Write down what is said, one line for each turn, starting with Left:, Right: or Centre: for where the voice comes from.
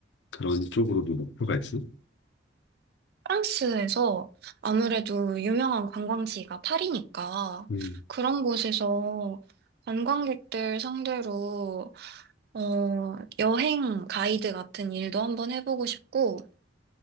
Left: 그런 쪽으로도 목표가 있어.
Right: 프랑스에서 아무래도 유명한 관광지가 파리니까
Left: 음.
Right: 그런 곳에서 관광객들 상대로 어, 여행 가이드 같은 일도 한번 해보고 싶고,